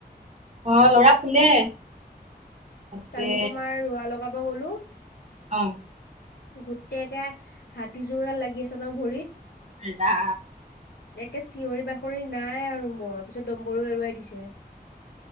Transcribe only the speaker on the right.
অ ল'ৰা শুলে। তাকে
অ
হা।